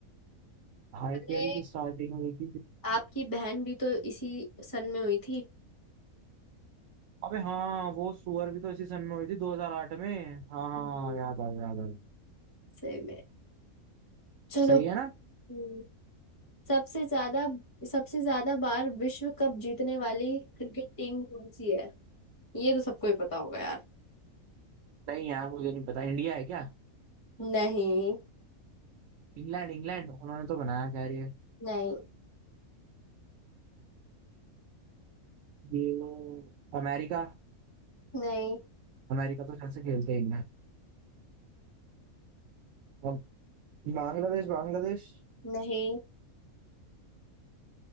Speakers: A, on the right (about 70°); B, on the left (about 15°).
A: आईपीएल
B: अरे
A: की स्टार्टिंग हुई थी तेरी-
B: आपकी बहन भी तो इसी सन में हुई थी
A: अबे हाँ वो सुअर भी तो इसी सन में हुई थी 2008 में हाँ हाँ
B: हम्म,
A: हाँ, याद आ गया याद आ गया
B: सही में चलो
A: सही है ना
B: हम्म, सबसे ज्यादा सबसे ज्यादा बार विश्व कप जीतने वाली क्रिकेट टीम कौन सी है ये तो सबको ही पता होगा यार
A: नहीं यार मुझे नहीं पता इंडिया है क्या
B: नहीं
A: इंग्लैंड इंग्लैंड उन्होंने तो बनाया खैर ये
B: नहीं
A: ये अमेरिका
B: नहीं
A: अमेरिका तो शायद से खेलते ही हैं बांग्लादेश बांग्लादेश
B: नहीं